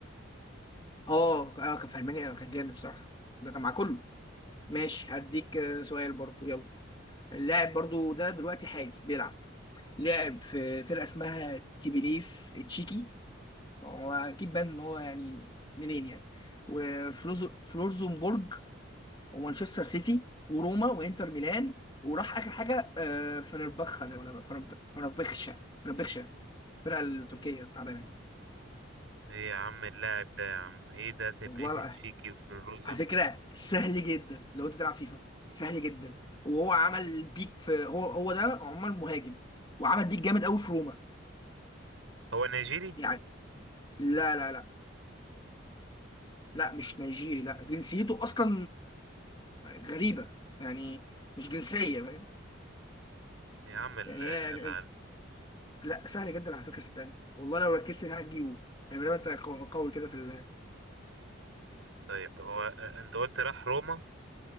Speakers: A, on the left; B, on the right.
A: اه آه، كان في المانيا كان جامد بصراحه ده كان مع كله ماشي هديك آه، سؤال برضو يلا اللاعب برضو ده دلوقتي حالي بيلعب لعب في فرقه اسمها تبليس تشيكي هو اكيد بان ان هو يعني منين يعني وفلورزبورغ ومانشستر سيتي وروما وانتر ميلان وراح اخر حاجه آه، فنربخة ده ولا فنرب- فنربخشة فنربخشة الفرقه التركيه التعبانه دي
B: ايه يا عم اللاعب ده يا عم ايه ده تبليس
A: والله
B: تشيكي
A: لا
B: وفيروزة
A: على فكره سهل جدا لو انت تلعب فيفا سهل جدا وهو عمل بيك في هو هو ده عمر مهاجم وعمل بيك جامد قوي في روما
B: هو نيجيري
A: يعني لا لا لا لا مش نيجيري لا جنسيته اصلا غريبه يعني مش جنسيه فاهم
B: يا عم ال-
A: يعني
B: الالعاب
A: هي لا سهل جدا على فكره صدقني والله لو ركزت هتجيبه يعني لما انت قو- قوي كده في ال
B: طيب هو أ- انت قلت راح روما